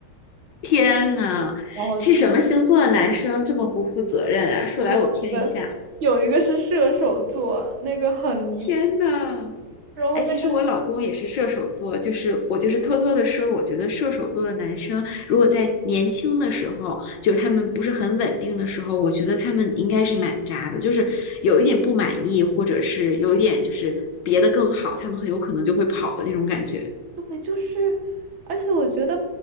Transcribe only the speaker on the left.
天呐，
是什么星座的男生这么不负责任啊？说来我听一下。
天呐，
哎，其实我老公也是射手座，就是我就是偷偷的说，我觉得射手座的男生，如果在年轻的时候，就是他们不是很稳定的时候，我觉得他们应该是蛮渣的，就是有一点不满意，或者是有一点就是别的更好，他们很有可能就会跑的那种感觉。